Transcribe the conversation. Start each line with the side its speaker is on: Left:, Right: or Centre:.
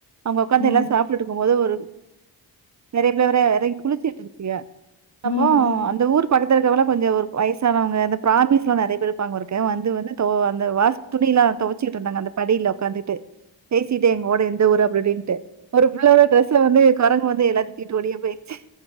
Right: அங்க உக்காந்து
Left: ம்
Right: எல்லாம் சாப்பிட்டிட்டுருக்கும்போது ஒரு நெறைய பேர் எறங்கி குளிச்சிட்டு இருப்பிக
Left: ம்
Right: அப்போ
Left: ம் ம்
Right: அந்த ஊர் பக்கத்துல கொஞ்சம் ஒரு வயசானவங்க அந்த பிராமிஸ் எல்லாம் நறைய பேர் இருப்பாங்க ஊருக்ககு வந்து வந்து அந்த வாச துணி எல்லாம் துவைச்சுட்டு இருந்தாங்க அந்த படியில உட்காந்துட்டு பேசிட்டு எங்களோட எந்த ஊர் அப்படின்ட்டு ஒரு பிள்ளோட டிரெஸ்ஸ வந்து கரண்ட் வந்து எல்லா வீட்டோடியே போயிருச்சு